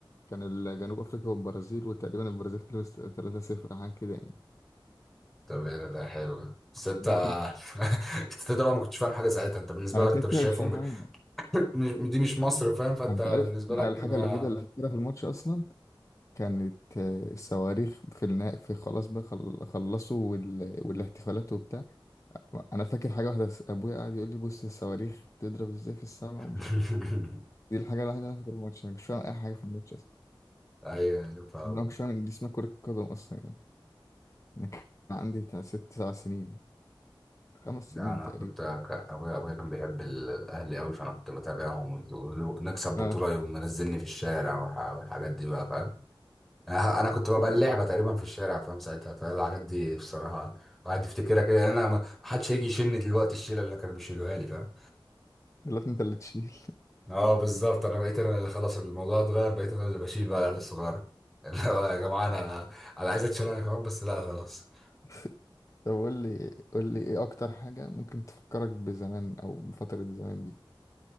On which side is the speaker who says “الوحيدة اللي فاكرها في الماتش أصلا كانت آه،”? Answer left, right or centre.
Left